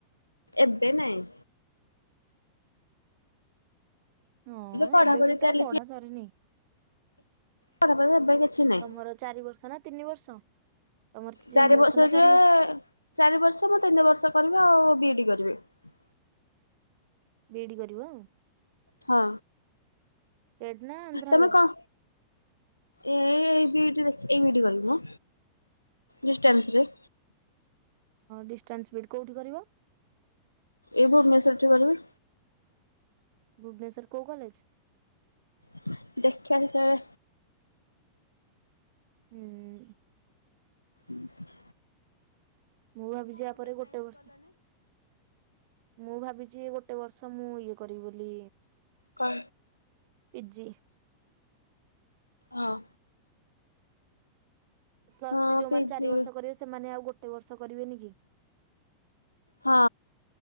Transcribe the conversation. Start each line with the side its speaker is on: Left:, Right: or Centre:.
Left: ଏବେ ନାହିଁ।
Right: ହଁ
Left: ପଢାପଢି
Right: ଏବେ ବି
Left: ଚାଲିଛି
Right: ତା ପଢା ସରିନି।
Left: ପଢାପଢି ଏବେ କିଛି ନାହିଁ।
Right: ତମର ଚାରି ବର୍ଷ ନା ତିନି ବର୍ଷ? ତମର ତିନି
Left: ଚାରି ବର୍ଷ
Right: ନା ଚାରି
Left: ଯେ ଚାରି ବର୍ଷ ମୁଁ ତିନି ବର୍ଷ କରିବି, ଆଉ ବିଇଡି କରି <unintelligible>
Right: ବି ଇ ଡି କରିବ?
Left: ହଁ।
Right: ଷ୍ଟେଟ୍ ନା ଆନ୍ଧ୍ରା
Left: ତମେ
Right: ବି ଇ ଡି?
Left: କଣ ଏ ଏଇ ବି ଇ ଡି ଦେଖି ଏଇ ବି ଇ ଡି କରିବି ମ। ଡିଷ୍ଟାନ୍ସ ରେ
Right: ଡିଷ୍ଟାନ୍ସ ବିଇଡି କୋଉଠି କରିବ?
Left: ଏ ଭୁବନେଶ୍ୱର ଠୁ ବୋଧେ।
Right: ଭୁବନେଶ୍ୱର କୋଉ କଲେଜ?
Left: ଦେଖିବା ସେତେବେଳେ
Right: ହୁଁ।
Left: ଉଁ ହୁଁ।
Right: ମୁଁ ଭାବିଛି ଆ ପରେ ଗୋଟେ ବର୍ଷ ମୁଁ ଭାବିଛି। ଯିଏ ଗୋଟେ ବର୍ଷ ମୁଁ ଇଏ କରିବି ବୋଲି
Left: କଣ?
Right: ପିଜି।
Left: ହଁ।
Right: ପ୍ଲସ
Left: ହଁ
Right: ଥ୍ରୀ ଯୋଉମାନେ
Left: ପିଜି
Right: ଚାରି ବର୍ଷ କରିବେ ସେମାନେ ଆଉ ଗୋଟେ ବର୍ଷ କରିବେନି କି।
Left: ହଁ